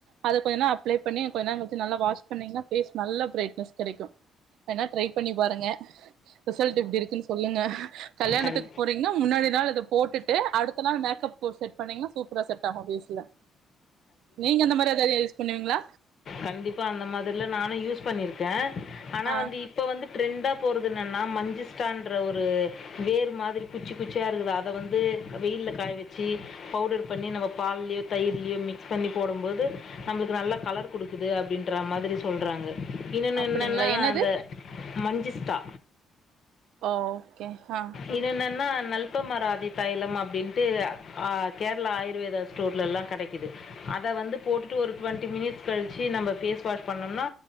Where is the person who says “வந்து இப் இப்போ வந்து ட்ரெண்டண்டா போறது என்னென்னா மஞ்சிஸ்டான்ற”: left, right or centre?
Left